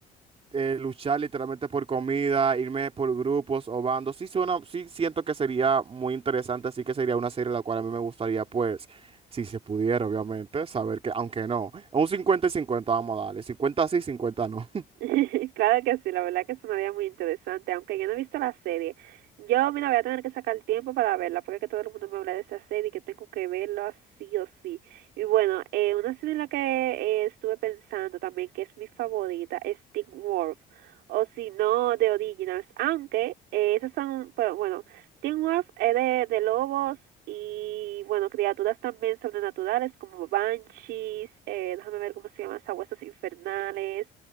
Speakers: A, on the right (about 35°); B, on the right (about 85°).
A: eh, luchar literalmente por comida, irme por grupos o bandos. Sí suena, sí siento que sería muy interesante, así que sería una serie la cual a mí me gustaría, pues, si se pudiera, obviamente, saber que, aunque no, un 50 y 50 vamos a darle, 50 sí, 50 no.
B: <laughs> Claro que sí, la verdad que sonaría muy interesante, aunque yo no he visto la serie. Yo, mira, voy a tener que sacar tiempo para verla, porque es que todo el mundo me habla de esa serie y que tengo que verla sí o sí. Y bueno, eh, una serie en la que eh, estuve pensando también, que es mi favorita, es Teen Wolf, o si no, The Originals, aunque eh, esas son, pero bueno, Teen Wolf es de, de lobos y, bueno, criaturas también sobrenaturales como banshees, eh, déjame ver cómo se llaman, sabuesos infernales